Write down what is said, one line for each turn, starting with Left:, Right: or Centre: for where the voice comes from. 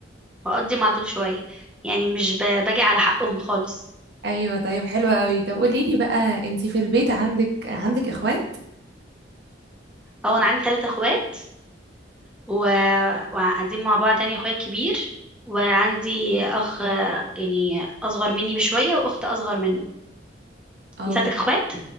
Centre: واقضي مع دول شوية يعني مش ب- باجي على حقهم خالص
Right: ايوه طيب حلوة قوي طب قوليلي بقى انتي في البيت عندك عندك اخوات
Centre: اه انا عندي ثلاثة اخوات و... وقاعدين مع بعض يعني اخويا كبير وعندي اخ يعني اصغر مني بشوية واخت اصغر منه
Right: اه
Centre: انت عندك اخوات